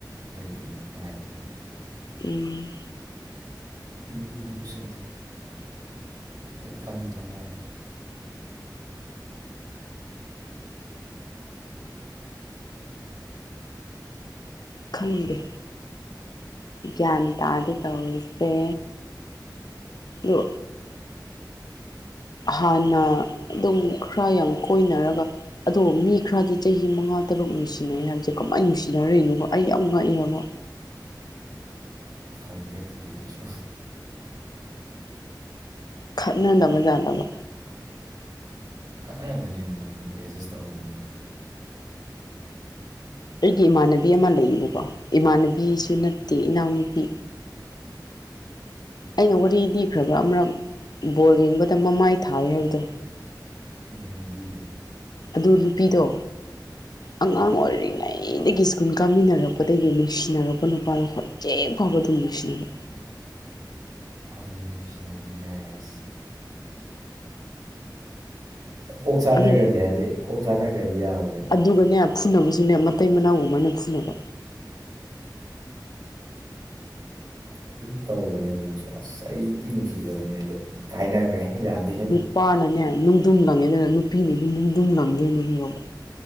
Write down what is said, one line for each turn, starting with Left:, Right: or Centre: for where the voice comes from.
Right: ꯂꯩꯕꯅꯤ ꯅꯨꯡꯉꯥꯏꯇꯦꯅ
Left: ꯎꯝ
Right: ꯌꯨꯝꯗꯨꯗꯤ ꯄꯨꯁꯤꯟꯗꯦ ꯑꯗꯨ ꯈꯪꯗꯤ ꯈꯪꯅꯍꯜꯂꯦ
Left: ꯈꯪꯗꯦ ꯒ꯭ꯌꯥꯟ ꯇꯥꯗꯦ ꯇꯧꯔꯤꯁꯦ ꯑꯗꯨ ꯍꯥꯟꯅ ꯑꯗꯨꯝ ꯈꯔ ꯌꯥꯝ ꯀꯣꯏꯅꯔꯒ ꯑꯗꯣ ꯃꯤ ꯈꯔꯗꯤ ꯆꯍꯤ ꯃꯉꯥ ꯇꯔꯨꯛ ꯅꯨꯡꯁꯤꯅꯩ ꯍꯥꯏꯕꯁꯦ ꯀꯃꯥꯏ ꯅꯨꯡꯁꯤꯅꯔꯤꯅꯣꯕ ꯑꯩ ꯌꯥꯝ ꯉꯛꯑꯦ ꯍꯥꯏꯕ
Right: ꯈꯪꯗꯦ ꯑꯗꯨꯗꯤ ꯑꯩꯈꯣꯏꯁꯨ
Left: ꯈꯠꯅꯅꯅꯕ ꯌꯥꯠꯂꯅꯕ
Right: ꯈꯠꯅꯔꯝꯒꯅꯤꯗꯅ ꯑꯗꯨꯕꯨ ꯑꯦꯗꯖꯁ ꯇꯧꯔꯝꯒꯅꯤ ꯑꯗꯨꯝ
Left: ꯑꯩꯒꯤ ꯏꯃꯥꯟꯅꯕꯤ ꯑꯃ ꯂꯩꯌꯦꯕꯀꯣ ꯏꯃꯥꯟꯅꯕꯤꯁꯨ ꯅꯠꯇꯦ ꯏꯅꯥꯎꯅꯨꯄꯤ ꯑꯩꯅ ꯋꯥꯔꯤ ꯂꯤꯈ꯭ꯔꯕ꯭ꯔꯥ ꯑꯃꯔꯛ ꯕꯣꯜ ꯌꯦꯡꯕꯗ ꯃꯃꯥꯏ ꯊꯥꯏ ꯍꯥꯏꯕꯗꯣ
Right: ꯎꯝ ꯂꯤꯈ꯭ꯔꯦ
Left: ꯑꯗꯨ ꯅꯨꯄꯤꯗꯣ ꯑꯉꯥꯡ
Right: ꯑꯥ
Left: ꯑꯣꯏꯔꯤꯉꯩ ꯑꯩꯗꯒꯤ ꯁ꯭ꯀꯨꯜ ꯀꯥꯃꯤꯟꯅꯔꯛꯄꯗꯒꯤ ꯅꯨꯡꯁꯤꯅꯔꯛꯄ ꯅꯨꯄꯥꯗꯣ ꯍꯧꯖꯤꯛ ꯐꯥꯎꯕ ꯑꯗꯨꯝ ꯅꯨꯡꯁꯤꯅꯩ
Right: ꯑꯗꯨꯅꯤ ꯅꯨꯡꯁꯤꯅꯕꯒꯤ ꯃꯌꯥꯏ ꯍꯥꯏꯁꯦ ꯀꯣꯛ ꯆꯥꯅꯒꯔꯗꯤ
Left: ꯑꯗꯨ
Right: ꯍꯥꯏꯗꯤ ꯀꯣꯛ ꯆꯥꯅꯒꯔꯗꯤ ꯌꯥꯕꯅꯤ
Left: ꯑꯗꯨꯒꯅꯦ ꯐꯨꯅꯕꯁꯨꯅꯦ ꯃꯇꯩ ꯃꯅꯥꯎꯒꯨꯝꯃꯥꯏꯅ ꯐꯨꯅꯕ
Right: ꯑꯗꯨꯝ ꯇꯧꯕꯅꯦ ꯑꯗꯨ ꯅꯨꯡꯁꯤ ꯑꯁ ꯑꯩꯁꯨꯇꯤ ꯅꯨꯡꯁꯤꯖꯕꯅꯦ ꯑꯗꯣ ꯀꯥꯏꯅꯒ꯭ꯔꯦ ꯌꯥꯗꯦꯍꯦ
Left: ꯅꯨꯄꯥꯅꯅꯦ ꯅꯨꯡꯗꯨꯝ ꯂꯪꯉꯦꯗꯅ ꯅꯨꯄꯤꯅꯖꯨ ꯅꯨꯡꯗꯨꯝ ꯂꯪꯗꯣꯏꯅꯦ ꯈꯪꯉꯕ